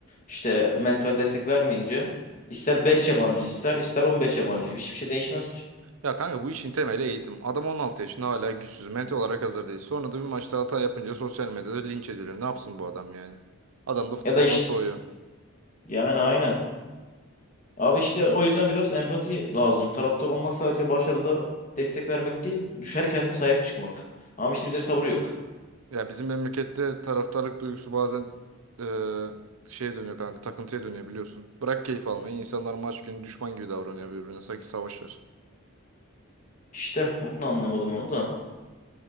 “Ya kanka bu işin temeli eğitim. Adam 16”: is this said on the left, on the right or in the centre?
Right